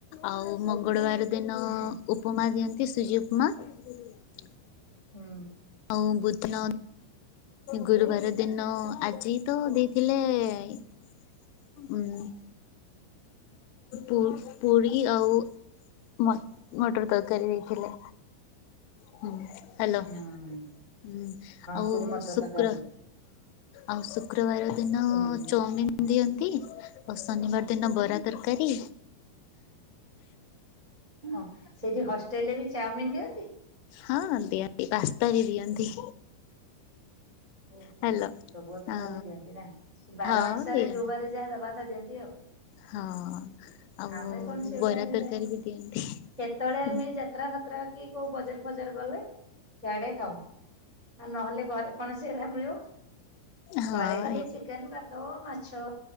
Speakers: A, on the left; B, on the right.
A: ଆଉ ମଙ୍ଗଳବାର ଦିନ
B: ହୁଁ।
A: ଉପମା ଦିଅନ୍ତି ସୁଜି ଉପମା। ହୁ।
B: ହୁଁ।
A: ଆଉ ଭୁତ ଗୁରୁବାର ଦିନ ଆଜି ତ ଦେଇଥିଲେ ପାଇଁ। ହୁଁ। ପୁ ପୁରୀ ଆଉ ମଟର ତରକାରୀ ଦେଇଥିଲେ। ହ୍ୟାଲୋ
B: ହୁଁ।
A: ହଁ ଆଉ
B: ପୁରୀ ମଟର
A: ଶୁକ୍
B: ତରକାରୀ
A: ହଁ ଆଉ ଶୁକ୍ରବାର ଦିନ
B: ହୁଁ।
A: ଚଉମିିନ ଦିଅନ୍ତି, ଆଉ ଶନିବାର ଦିନ ବରା ତରକାରୀ।
B: ହଁ ସେଇଠି ହଷ୍ଟେଲ ରେ ବି ଚାଉମିନ ଦିଅନ୍ତି?
A: ହଁ ଦିଅନ୍ତି ପାସ୍ତା ବି ଦିଅନ୍ତି।
B: ଓହୋ
A: ହ୍ୟାଲୋ
B: ସବୁ କଥା
A: ହଁ
B: ତାହେଲେ ଦିଅନ୍ତି ନା ବାର
A: ହଁ
B: ଅନୁସାରେ
A: ଦିଅନ୍ତି
B: ଯୋଉ ବାର ଯାହା ଦବା କଥା ଦିଅନ୍ତି ଆଉ।
A: ହଁ। ଆଉ
B: ଆମେ କଣ ସେଗୁଡା
A: ବରା
B: କେତେବେଳେ
A: ତରକାରୀ ବି ଦିଅନ୍ତି ହଁ।
B: ଆମେ ଖତରା ଫତରା କି କୋଉ ବଜାର ଫଜାର ଗଲେ ସିଆଡେ ଖାଉ, ଆଉ ନହେଲେ ଘରେ କଣ ମି
A: ହଁ
B: ଘରେ ଖାଲି
A: ଏଇ
B: ଚିକେନ ଭାତ ମାଛ